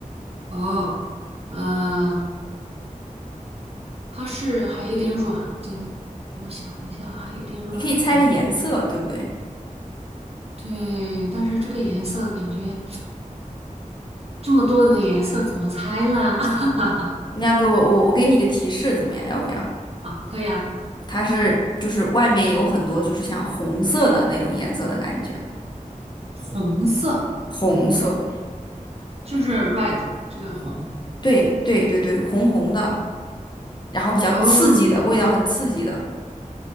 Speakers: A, on the right; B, on the left.
A: 哦，呃，它是还有点软，就是我想一下，还有点软的，
B: 你可以猜个颜色，对不对？
A: 对，但是这个颜色感觉这么多的颜色怎么猜呢？<laughs>
B: 你要给我，我我给你个提示怎么样？要不要？
A: 可以啊，
B: 它是就是外面有很多就是像红色的那种颜色的感觉，
A: 红色
B: 红色，
A: 就是 red 这个红，
B: 对对对对，红红的，然后比较刺激的味道，
A: 哦，
B: 很刺激的，